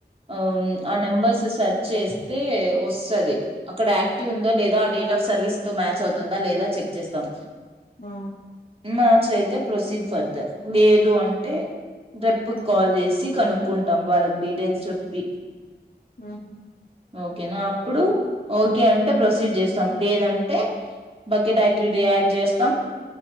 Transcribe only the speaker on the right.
ఆ ఆ నెంబర్స్ సెర్చ్ చేస్తే వస్తది అక్కడ యాక్టివ్ ఉందా లేదా ఆ డేట్ ఆఫ్ సర్వీస్ తో మ్యాచ్ అవుతుందా లేదా చెక్ చేస్తాం..
మార్చ్ అయితే ప్రొసీడ్ ఫర్దర్ లేదు అంటే. రెప్
కాల్ చేసి కనుక్కుంటాం వాళ్ళకి డీటెయిల్స్ చెప్పి.
ఒకే నా అప్పుడు ఓకే అంటే ప్రొసీడ్ చేస్తాం లేదంటే బకెట్ యాక్టివిటీ యాడ్ చేస్తాం.